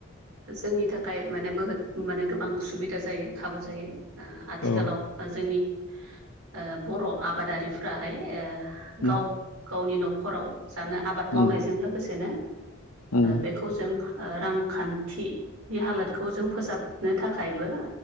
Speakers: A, on the right; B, on the left.
A: जोंनि थाखाय माने बोहत माने गोबां सुबिदा जायो खाबु जायो आथिखालाव
B: औ
A: ओ जोंनि ओ बर' आबादारिफ्राहाय
B: उम
A: गावफ गावनि न'खराव जानो आबाद मावनायजों
B: उम
A: लोगोसेनो
B: उम
A: बेखौ जों रांखान्थिनि हालोदखौ जों फोसाबनो थाखायबो